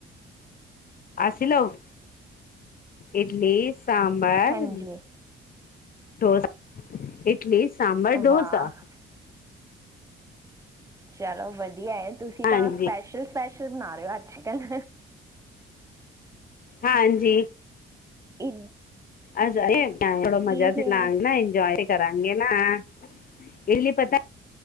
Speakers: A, on the left; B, on the right.
A: ਅਸੀ ਲੋਕ, ਇਡਲੀ-ਸਾਂਬਰ
B: ਹਾਂਜੀ
A: ਸ ਇਡਲੀ, ਸਾਂਬਰ, ਡੋਸਾ
B: ਵਾਹ ਚਲੋ ਵਧੀਆ, ਤੁਸੀਂ ਤਾਂ
A: ਹਾਂਜੀ
B: ਸਪੈਸ਼ਲ-ਸਪੈਸ਼ਲ ਬਣਾ ਰਹੇ ਹੋ ਅੱਜ ਕਲ
A: ਹਾਂਜੀ।
B: ਇਹ
A: ਆ ਜਾਈ, ਥੋੜਾ ਮਜ਼ਾ
B: ਫੇਰ
A: ਤੇ ਲ ਨਾ, ਇੰਜੋਏ <inaudible> ਕਰਾਂਗੇ ਨਾ, ਹਾਂ, ਪਤਾ